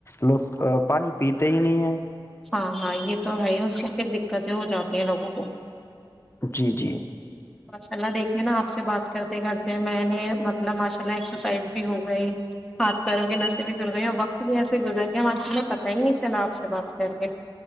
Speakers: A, on the left (about 30°); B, in the centre.
A: لوگ ا پانی پیتے ہی نہیں ہے
B: ہاں ہاں یہ تو ہے ہی اس پھر د تیں ہو جاتی ہیںوگوں کو
A: جی جی
B: ماشاء اللہ دیکھے نا آپ سے بات کرتے کرتے میں نے مطلب ماشاء اللہ ایکسرسائز بھی ہو گئی ہاتھ پیروں کے نشے بھی گر گئی اور وقت بھی ایسے گزر گیا ماشاء اللہ پتا ہی نہیں چلا آپ سے بات کر کے